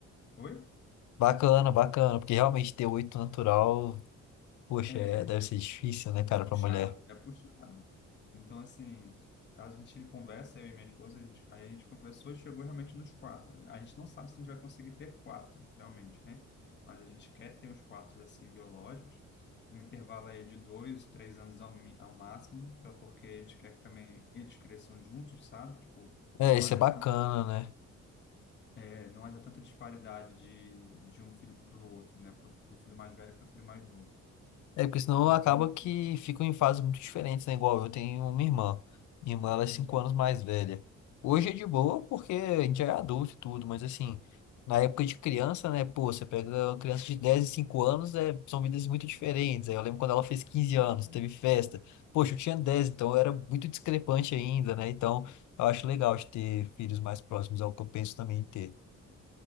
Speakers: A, on the left; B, on the left.
A: Oi?
B: Bacana, bacana, porque realmente ter oito natural, poxa,
A: É,
B: é, deve
A: é
B: ser difícil, né, cara, pra
A: puxado,
B: mulher.
A: é puxado. Então, assim, a gente conversa, eu e minha esposa, a gente, aí a gente conversou e chegou realmente nos quatro. A gente não sabe se a gente vai conseguir ter quatro, realmente, né? Mas a gente quer ter uns quatro, assim, biológicos. Um intervalo aí de dois, três anos ao, mi- ao máximo, para porque a gente quer que também eles cresçam juntos, sabe? Tipo,
B: É,
A: não
B: isso
A: haja
B: é bacana,
A: tanto
B: né?
A: é, não haja tanta disparidade de, de um filho para o outro, né? Pro, do filho mais velho para o filho mais novo.
B: É porque senão
A: Então,
B: acaba
A: assim.
B: que ficam em fases muito diferentes, né? Igual eu tenho uma irmã. Minha irmã, ela é cinco
A: uhum.
B: anos mais velha. Hoje é de boa porque a gente é adulto e tudo, mas assim, na época de criança, né? Pô, você pega uma criança de 10 e 5 anos, é, são vidas muito diferentes. Aí Eu lembro quando ela fez quinze
A: Sim,
B: anos,
A: sim.
B: teve festa. Poxa, eu tinha dez então eu era muito discrepante ainda, né? Então, eu acho legal de ter filhos mais próximos, é o que eu penso também em ter.